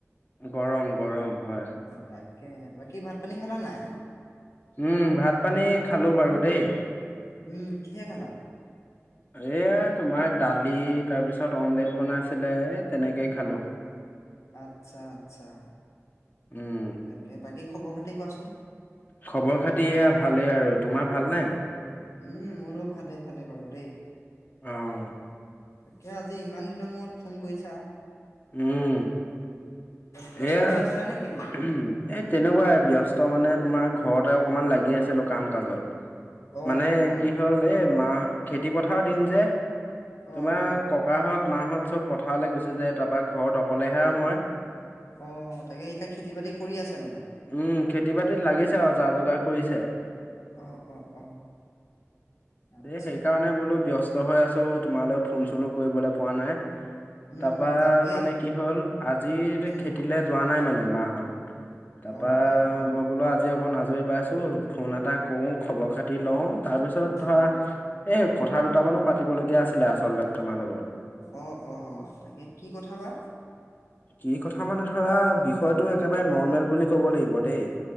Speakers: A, on the left; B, on the left.
A: গৰম গৰম হয়।
B: তাকে, বাকী ভাত পানী খালা নাই!
A: উমঁ' ভাত পানী খালো বাৰু দেই।
B: উমঁ' কিহে খালা?
A: এইয়া তোমাৰ দালি তাৰ পিছত অমলেট বনাইছিলে তেনেকেই খালো।
B: আচ্ছা-আচ্ছা'।
A: উম
B: তাকে, বাকী খবৰ খাতি কোৱাচোন?
A: খবৰ খাতি এয়া ভালেই আৰু। তোমাৰ ভাল নে?
B: উমঁ' মোৰো ভালেই ভালে বাৰু দেই।
A: অঁ।
B: তাকে আজি ইমান দিনৰ মূৰত ফোন কৰিছা।
A: উমঁ'।
B: ব্যস্ত
A: এইয়া
B: হৈ আছিলা নে কিনো
A: এ তেনেকুৱাই, ব্যস্ত মানে তোমাৰ ঘৰতে অকমান লাগি আছিলো কাম কাজত।
B: অ
A: মানে
B: অ অ
A: কি হ'ল এই মাহ, খেতি পথাৰৰ দিন যে, তোমাৰ
B: অ অ
A: ক ককাহঁত, মাহঁত চ'ব পথাৰলৈ গুচি যায় তাৰপৰা ঘৰত অকলেহে আৰু মই।
B: অঁ' তাকে এতিয়া খেতি বাতি কৰি আছে মানে।
A: উমঁ' খেতি বাতিত লাগিছে আৰু যা-যোগাৰ কৰিছে।
B: অ', অ', অ', আচ্ছা,
A: এ সেইকাৰণে বোলো ব্যস্ত হৈ আছো তোমালৈ ফোন-চোনো কৰিবলৈ পোৱা নাই
B: উম,
A: তাৰ পৰা
B: তাকে,
A: মানে কি হ'ল আজিৰ
B: উম,
A: ৱে যোৱা নাই মানে মাহত। তাৰ
B: অ',
A: পৰা
B: অ', অ',
A: মই বোলো আজি অকণ আজৰি পাইছো ফোন এটা কৰো খবৰ খাতি লওঁ তাৰপিছত ধৰা
B: অ',
A: এ কথা দুটামানো পাতিবলগীয়া আছিলে আচলতে তোমাৰ লগত
B: অ অ তাকে কি কথা বা
A: কি কথা মানে ধৰা বিষয়টো একেবাৰে নৰ্মেল বুলি কব লাগিব দেই